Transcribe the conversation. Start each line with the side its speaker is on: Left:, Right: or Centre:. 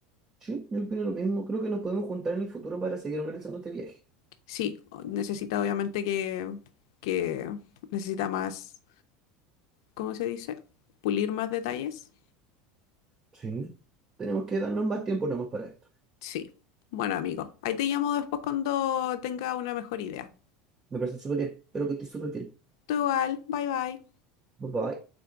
Right: sí, yo opino lo mismo. Creo que nos podemos juntar en el futuro para seguir organizando este viaje.
Left: Sí, o- necesita obviamente que, que necesita más, ¿cómo se dice? Pulir más detalles
Right: Sí. Tenemos que darnos más tiempo nomás para esto.
Left: Sí. Bueno, amigo, ahí te llamo después cuando tenga una mejor idea.
Right: Me parece súper bien. Espero que estés súper bien.
Left: Tú igual, bye bye.
Right: Bye bye.